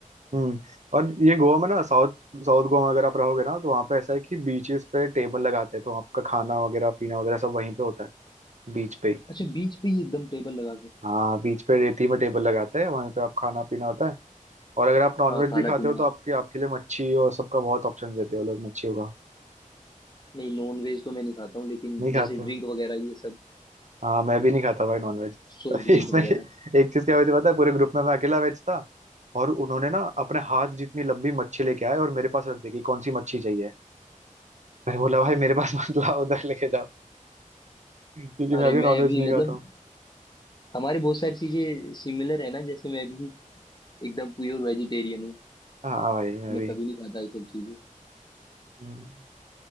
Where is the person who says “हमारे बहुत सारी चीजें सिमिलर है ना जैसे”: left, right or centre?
Left